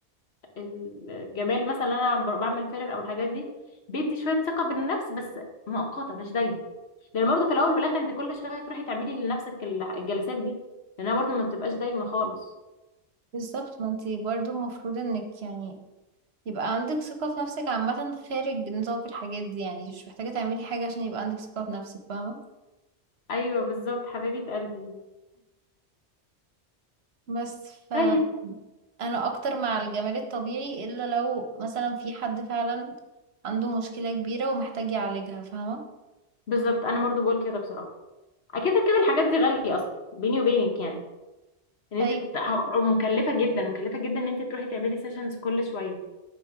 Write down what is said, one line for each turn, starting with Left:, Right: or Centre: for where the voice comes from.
Left: الجمال مثلا انا ب- بعمل فيلر او الحاجات دي بيدي شويه ثقه بالنفس بس مؤقته مش دايما لان برضو في الاول وفي الاخر انت كل شويه تروحي تعملي لنفسك الح- الجلسات دي لانها برضو ما بتبقاش دايما خالص
Right: بالظبط ما انت برضو المفروض انك يعني يبقى عندك ثقة في نفسك عامة خارج نطاق الحاجات دي يعني مش محتاجة تعملي حاجة عشان يبقى عندك ثقة في نفسك فاهمة
Left: ايوه بالظبط حبيبه قلبي
Right: بس فانا
Left: طيب
Right: اكتر مع الجمال الطبيعي الا لو مثلا في حد فعلا عنده مشكلة كبيرة ومحتاج يعالجها فاهمة
Left: بالظبط انا برضو بقول كده بصراحه اكيد كده الحاجات دي غاليه اصلا بيني وبينك يعني ان
Right: طيب
Left: انت تح- مكلفه جدا مكلفه جدا ان انت تروحي تعملي سيشنز كل شويه